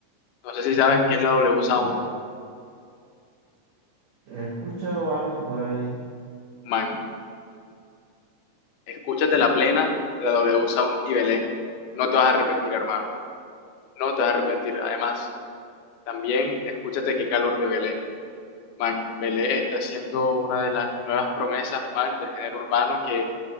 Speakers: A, on the left; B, on the right.
A: No sé si sabes qué es la W Sound.
B: ah, he escuchado algo por ahí.
A: Man, escúchate la plena de la W Sound y velé. No te vas a arrepentir, hermano. No te vas a arrepentir. Además, también escúchate qué calor de velé. Man, velé está siendo una de las nuevas promesas, man, del género urbano que